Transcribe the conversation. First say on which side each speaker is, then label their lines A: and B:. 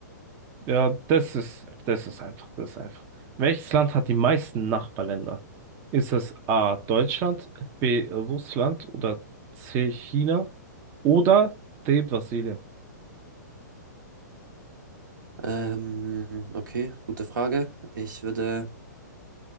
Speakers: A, on the right (about 25°); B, on the right (about 80°).
A: Ja, das ist, das ist einfach, das ist einfach. Welches Land hat die meisten Nachbarländer? Ist es A. Deutschland, B. Russland oder C. China oder D. Brasilien?
B: ähm, okay, gute Frage. Ich würde